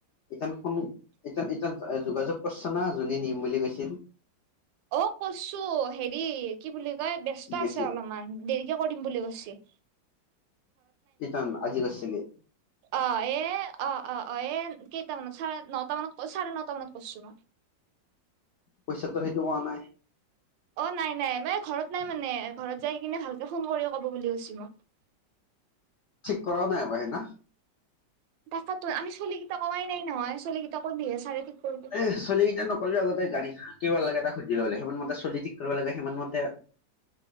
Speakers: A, on the left (about 65°); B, on the right (about 85°).
A: ইতানু ফোন এতিয়া এতিয়া ই যোগাযোগ কৰচচনা যোনে নিম বুলি কৈছিল।
B: অ কইছো হেৰি কি বুলি। তাই ব্যস্ত
A: কি কৈছিল
B: আছে অলপমান দেৰিকে কৰিম বুলি কৈছি।
A: কি কাৰণত আজি গৈছিলি।
B: অ এ অ অ অ এ কেইটা মানত চাৰে নটা মানত কৈছা, চাৰে নটা মানত কৰছো।
A: পইচাটো সেইটো হোৱা নাই।
B: অ নাই নাই মানে হৈছে ঘৰত নাই মানে ঘৰত যাই কিনে ভালকে ফোন কৰি ক'ব বুলি কৈছো মই। <unintelligible>
A: ঠিক কৰা নাই বাই ন
B: তাতো আমি ছোৱালীলি কেইটা কোৱাই নাই নহয় ছোৱালীলি কেইটা কন্ধহে চাৰে কৰব
A: এ নগলি ন কললে আগতে গাড়ী কিবা লাগে এটা সুধি লাগে সিমান মতে চলি ঠিক কৰিব লাগে সিমান মতে। ম